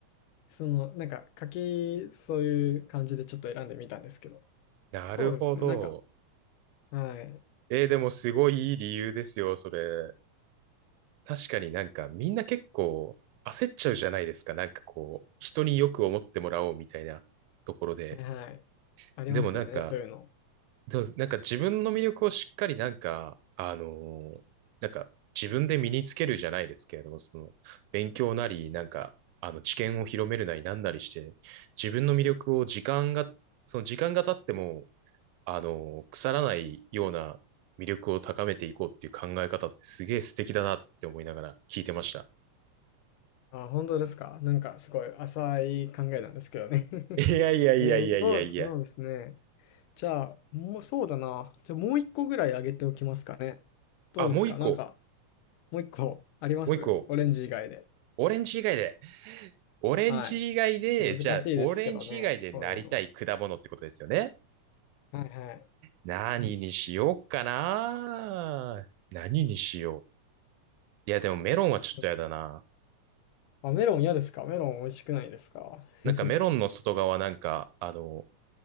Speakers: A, on the left; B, on the right.
A: その、なんか柿、そういう感じでちょっと選んでみたんですけど。
B: なるほど。
A: そうですね、なんか、はい。
B: えーでもすごいいい理由ですよ、それ。確かになんかみんな結構焦っちゃうじゃないですか。なんかこう、人によく思ってもらおうみたいなところで。
A: はいはい。ありますよね、
B: でもなんか、
A: そういうの。
B: でもなんか自分の魅力をしっかりなんか、あのーなんか自分で身につけるじゃないですけれども、その勉強なり、なんか、あの知見を広めるなりなんなりして、自分の魅力を時間が、その時間が経っても、あのー腐らないような魅力を高めていこうっていう考え方ってすげえ素敵だなって思いながら聞いてました。
A: あ、本当ですか。なんかすごい浅い考えなんですけどね。<laughs>
B: いやいやいやいやいやいや。
A: えっと、どうそうですね。じゃあ、もうそうだな。じゃあもう一個ぐらいあげておきますかね。どうですかなんか、
B: あ、もう一個、
A: もう一個ありますオレンジ以外で。
B: もう一個。オレンジ以外で。オレンジ以外で、
A: はい。ちょっと難しいですけどね、
B: じゃあ、オレンジ以外でなりたい果物ってことですよね。
A: こういうの。はいはい。
B: 何にしようかな。何にしよう。いや、でもメロンはちょっとやだな。
A: 何ですかあ、メロン嫌ですかメロン美味しくないですか
B: なんかメロンの外側なんか、
A: <laughs>
B: あの、